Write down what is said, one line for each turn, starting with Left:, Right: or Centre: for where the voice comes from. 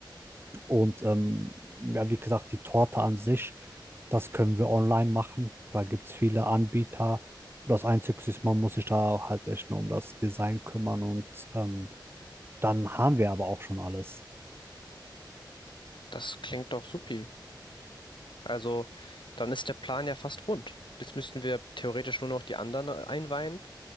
Right: Und ähm, ja, wie gesagt, die Torte an sich, das können wir online machen. Da gibt es viele Anbieter. Das Einzige ist, man muss sich da halt echt nur um das Design kümmern und ähm, dann haben wir aber auch schon alles.
Left: Das klingt doch supi. Also dann ist der Plan ja fast rund. Jetzt müssten wir theoretisch nur noch die anderen äh, einweihen,